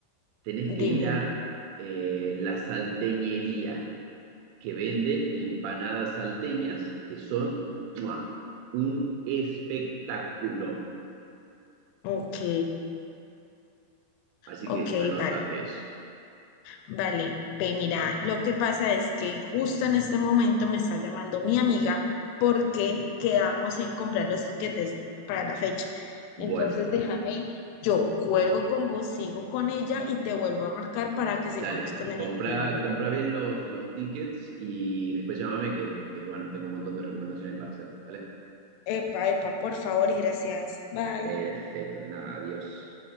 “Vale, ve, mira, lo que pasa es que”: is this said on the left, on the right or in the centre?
Left